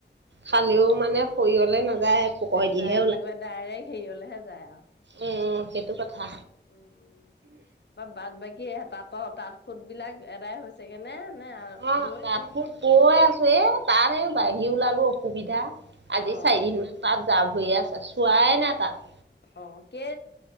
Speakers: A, on the right (about 75°); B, on the left (about 65°).
A: খালেও মানে সৰিয়লে নাযায় পকৰেদিহে
B: নেযায় কি কিবা ডাইৰেক্ট হেৰিবলেহে যায় আৰু
A: অ', অ', সেইটো কথা।
B: উম উ তাৰপৰা বাট বাকী তাঁতৰ তাঁত ফুত বিলাক এদাই হৈছে। চাগেনে নে
A: অঁ
B: বই
A: তাঁত
B: কি
A: সুত বৈ আছো এ তাৰে বাহি ওলালো অসুবিধা আজি
B: অ
A: চাৰিদিন মান তাত যা ভৰিয়ে আছে চোৱাই নাই তাত
B: অ', কে